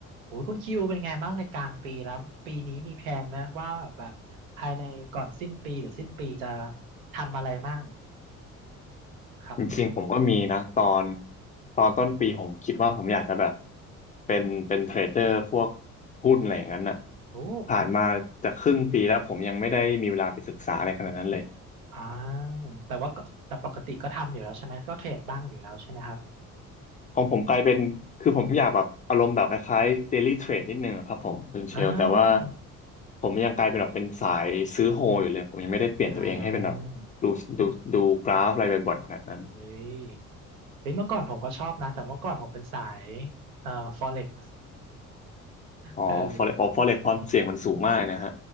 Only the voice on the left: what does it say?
จริงๆผมก็มีนะตอนตอนต้นปีผมคิดว่าผมอยากจะแบบเป็นเป็นเทรดเดอร์พวกหุ้นอะไรอย่างนั้นน่ะ
ผ่านมาจะครึ่งปีแล้วผมยังไม่ได้มีเวลาไปศึกษาอะไรขนาดนั้นเลย
ของผมกลายเป็นคือผมอยากแบบอารมณ์แบบคล้ายๆ daily trade นิดนึงอะครับผมคุณเชลแต่ว่า
ผมยังกลายเป็นแบบเป็นสายซื้อโฮอยู่เลยผมยังไม่ได้เปลี่ยนตัวเองให้เป็นแบบดูดูดูกราฟอะไรบ่อยๆขนาดนั้น
อ๋อ
forex อ๋อ forex ความเสี่ยงมันสูงมากนะฮะ